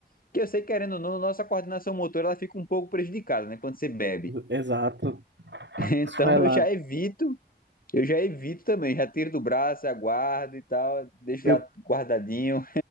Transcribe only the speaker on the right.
Exato.
Você vai lá.
Eu